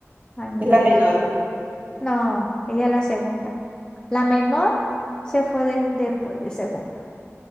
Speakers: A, on the left; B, on the right.
A: añitos.
B: Es la menor.
A: No, ella es la segunda. La menor se fue de- después de segunda.